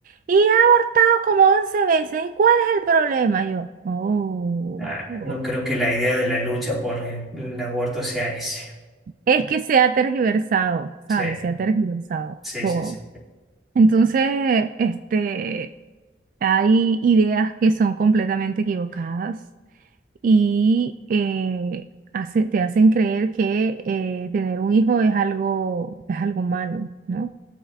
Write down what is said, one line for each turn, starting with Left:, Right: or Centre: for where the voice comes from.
Right: Y he abortado como 11 veces. ¿Y cuál es el problema? Yo, oh,
Centre: Ah,
Right: ok".
Centre: no creo que la idea de la lucha por el, el aborto sea ese.
Right: es que se ha tergiversado,
Centre: Sí,
Right: ¿sabes? Se ha tergiversado
Centre: sí,
Right: todo.
Centre: sí, sí.
Right: Entonces, este, hay ideas que son completamente equivocadas y eh, hace- te hacen creer que eh, tener un hijo es algo, es algo malo, ¿no?